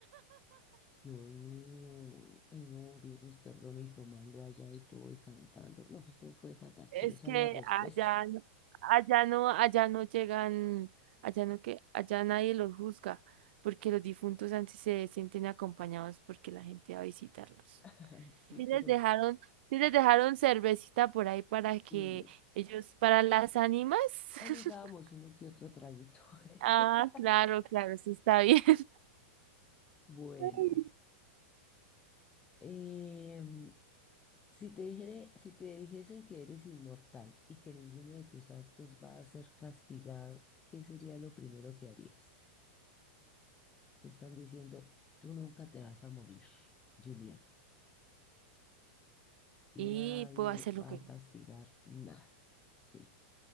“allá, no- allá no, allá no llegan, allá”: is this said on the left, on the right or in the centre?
Right